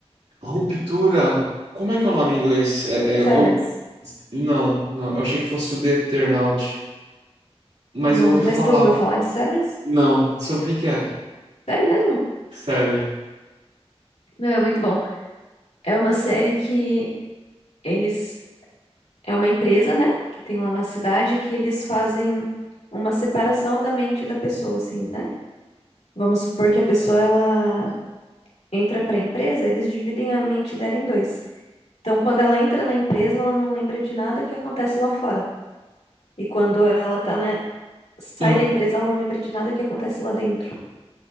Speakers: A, on the right; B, on the left.
A: Ruptura. Como é que é o nome em inglês? É,
B: Severance.
A: é, é o. Não, não. Eu achei que fosse o The Eternaut. Mas
B: Não,
A: eu ouvi
B: mas
A: falar.
B: tu ouviu falar de Severance?
A: Não. Sobre o que que é?
B: Sério mesmo?
A: Sério.
B: Meu, é muito bom. É uma série que eles. É uma empresa, né? Que tem lá na cidade que eles fazem uma separação da mente da pessoa, assim, né? Vamos supor que a pessoa, ela entra para a empresa, eles dividem a mente dela em dois. Então, quando ela entra na empresa, ela não lembra de nada que acontece lá fora. E quando ela tá na... sai
A: <laughs>
B: da empresa, ela não lembra de nada que acontece lá dentro.